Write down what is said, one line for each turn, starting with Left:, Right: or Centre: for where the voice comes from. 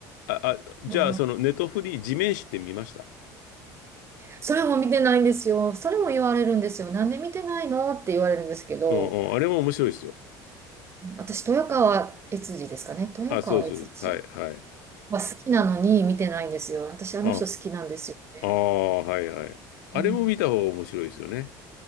Left: あ、あ、じゃあ、
Right: うん
Left: そのネトフリー地面師って見ました
Right: それも見てないんですよ。それも言われるんですよ。なんで見てないのって言われるんですけど、
Left: うんうん。あれも面白いですよ。
Right: 私、豊川悦司ですかね。豊川悦司
Left: あ、そうそう。はい、はい。
Right: は好きなのに見てないんですよ。私、あの人好きなんですよね。
Left: あ、ああ、はいはい。あれも見た方が面白いですよね。
Right: うん、